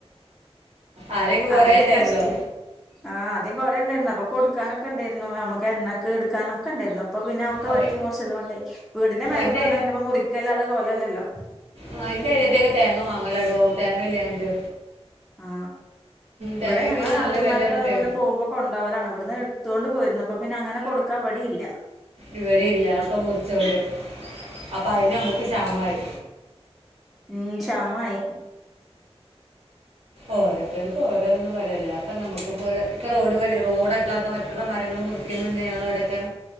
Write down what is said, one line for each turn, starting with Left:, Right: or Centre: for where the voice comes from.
Right: ആദ്യമൊക്കെ
Centre: അതന്നെ
Right: കുറേ ഉണ്ടായിരുന്നോ
Centre: കഷ്ടിയ ആ ആദ്യം കൊറേ ഉണ്ടായിുന്ന അപ്പൊ കൊടുക്കാനൊക്കെ ഉണ്ടായിരുന്നു നമുക്ക് എണ്ണക്കക്ക് എടുക്കാനൊക്കെ ഉണ്ടായിരുന്നു അപ്പൊ പിന്നെ ഒക്ക
Right: ഓ
Centre: വെട്ടി മുറിച്ചതുകൊണ്ട് വീടിന്റെ മേലേക്ക്
Right: എൻ്റെ
Centre: വന്നാ പിന്നെപ്പോമുറിക്ക അല്ലാതെ പോവില്ലല്ലോ അല്ലാതെലല്ലോ
Right: ആ എന്റെ അനിയത്തി ഒക്കെ തേങ്ങ വാങ്ങലാടോ തേങ്ങ ഇല്ലാഞ്ഞിട്ട്
Centre: ആ
Right: തേങ്ങയ്ക്ക്
Centre: ഇവിടെ ഞങ്ങള് നാത്തൂമാരൊക്കെ
Right: നല്ല വില പറഞ്ഞിട്ട്
Centre: അതേപോലെ പോകുമ്പോ കൊണ്ടപോകലാണ് ഇവിടുന്ന് എടുത്തോണ്ട് പോയിരുന്നു അപ്പൊ പിന്നെ അങ്ങനെ കൊടുക്ക അവിടെ ഇല്ല
Right: ഇവിടെയില്ല ഒക്കെ മുറിച്ചോണ്ട് അപ്പ അയിന് നമ്മുക്ക് ക്ഷാമമായി.
Centre: ഉം ശ്യാമായി
Right: ഓരോത്തർക്ക് ഓരോതന്നും പറയല്ല ഇപ്പ നമുക്ക് പോലെ ഇപ്പം റോഡ് പണി റോഡ് ഇവിടെയൊക്കെ ആക്കാൻ പറ്റുന്ന മരങ്ങള് മുറി മുറിക്കുന്നുണ്ട് ഞങ്ങളവിടൊക്കെ